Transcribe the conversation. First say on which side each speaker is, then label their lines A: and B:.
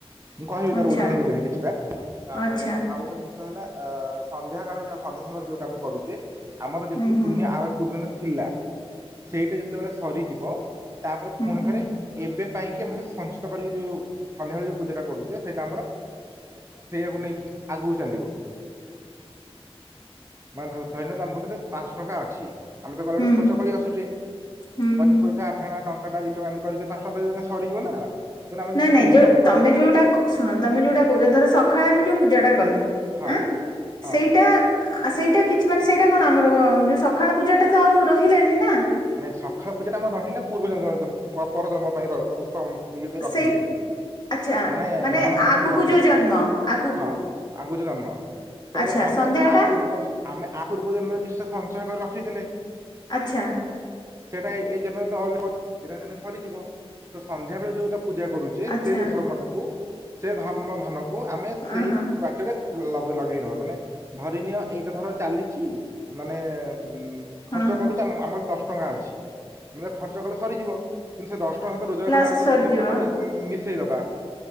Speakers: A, on the right; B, on the left.
A: ମୁଁ କହିବି
B: ଆଚ୍ଛା
A: ତାର ଉଦାହରଣ ବି ଦେବି କିଛିଟା ତାପରେ
B: ଆଚ୍ଛା
A: ଆଉ ଗୋଟେ ଜିନିଷ ହେଲା ସନ୍ଧ୍ୟା କଳେ ଯ ସନ୍ଧ୍ୟା ସମୟରେ ଯୋଉଟା ଆମେ କରୁଛେ ଆମର ଯେତିକି
B: ହୁଁ ହୁଁ
A: ପୁଣ୍ୟ ଆର ପୂର୍ ଥିଲା ସେଇଟା ଯେତେବେଳେ ସରିଯିବ ତାପରେ
B: ହୁଁ
A: ପୁଣି ଫରେ
B: ହୁଁ
A: ଏବେ ପାଇଁକି ଆମେ ସଞ୍ଚିତ କରିକି ଯୋଉ ସନ୍ଧ୍ୟାବେଳେ ଯୋଉ ପୂଜାଟା କରୁଛେ ସେଇଟା ଆମର ସେଇଆକୁ ନେଇକି ଆଗକୁ ଚାଲିବ। ମାନେ ଧ-ଧଇନ ଆମ କତିରେ ପାଞ୍ଚଟଙ୍କା ଅଛି। ଆମେ ତ ଗଲାଠୁ
B: ହୁଁ
A: ଖର୍ଚ୍ଚ କରି ଆସୁଛେ
B: ହୁଁ
A: ପଚିଶ
B: ହୁଁ
A: ପଇସା ଆଠନା ଟ ଟଙ୍କା ଦିଟଙ୍କା କରି ଏମିତି ପାଞ୍ଚ ଟଙ୍କା ସରିଯିବ ନା। ତେଣୁ ଆମେ
B: ନାଇଁ
A: ଯଦି
B: ନାଇଁ
A: ଇନକମ୍
B: ଯୋଉ
A: କରିକି
B: ତମେ ଯୋଉଟା କ ଶୁଣ ତମେ ଯୋଉଟା
A: ହଁ
B: କହୁଛ ଧର ସକାଳେ ଆମେ ଯୋଉ ପୂଜାଟା କଲେ।
A: ହଁ
B: ଆଁ
A: ହଁ
B: ସେଇଟା। ଆଉ ସେଇଟା କିଛି ମାନେ ସେଇଟା କଣ, ଆମର ଯୋଉ ସକାଳ ପୂଜାଟା ତ ଆଉ ରହିଲାନି ନା।
A: ନାଇଁ ସକାଳ ପୂଜାଟା ଆମର ରହିଲା ପୂର୍ବ ଜନ୍ମ ପ-ପର ଜନ୍ମ ପାଇଁ ର ସ <unintelligible> ରଖିଲେ
B: ସେଇ ଆଚ୍ଛା
A: ମାନେ ଧନ ସଞ୍ଚିକି
B: ଆଗକୁ
A: ରଖିଲେ
B: ଯୋଉ ଜନ୍ମ ଆଗକୁ
A: ହଁ ଆଉ କୁ ଜନ୍ମ ତାପରେ
B: ଆଚ୍ଛା
A: ଆମେ
B: ସନ୍ଧ୍ୟା
A: ଆ
B: ଟା
A: ପୂର୍ବ ଆମେ ଆ ପୂର୍ବ ଜନ୍ମରେ କିଛିଟା ସଞ୍ଚୟ କରି ର ରଖିଥିଲେ
B: ଆଚ୍ଛା।
A: ସେଇଟା ଏଇ ଏଇ ଜନ୍ମରେ ତ <unintelligible> ଦିନେ ନା ଦିନେ ସରିଯିବ। ତ ସନ୍ଧ୍ୟା ବେଳେ ଯୋଉଟା ପୂଜା କରୁଚେ
B: ଆଚ୍ଛା
A: ସେ ଯେଉଁ ଧର୍ମଟାକୁ ସେ ଧର୍ମ ଧନକୁ ଆମେ
B: ହଁ
A: ସେଇ
B: ହଁ
A: ବାଟରେ ଲଗ ଲଗେଇ ଦବା ମାନେ ଧରିନିଅ ଏଇଟା ଧର ଚାଲିଚି ମାନେ ଉଁ, ଖର୍ଚ୍ଚ
B: ହଁ
A: କରୁଚ ଆ, ଆମ କତି ଦଶ ଟଙ୍କା ଅଛି। ଆମେ ତାକୁ ଖର୍ଚ୍ଚ କଲେ ସରିଯିବ। କିନ୍ତୁ ସେ ଦଶ ଟଙ୍କା ତ ରୋଜଗାର
B: ଲାଷ୍ଟ
A: କଲେ ଆଉ ଯଦି
B: ସରିଯିବ
A: ପଚାଶ ଟଙ୍କା ମି- ମିଶେଇଦବା